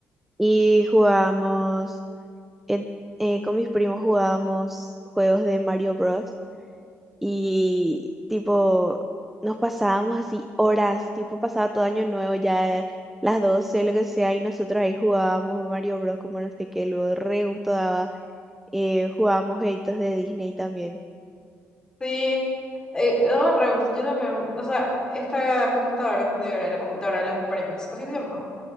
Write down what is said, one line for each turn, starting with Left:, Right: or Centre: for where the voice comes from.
Centre: Y jugábamos, en- eh, con mis primos jugábamos juegos de Mario Bros y tipo nos pasábamos así horas, tipo pasaba todo año nuevo ya las 12 lo que sea, y nosotros ahí jugábamos Mario Bros. como no sé qué, luego re gusto daba, eh, jugábamos jueguitos de Disney también.
Left: Sí. Eh, daba re gusto, yo también. O sea, esta computadora, como te digo, era la computadora de los primos. Así se llamaba.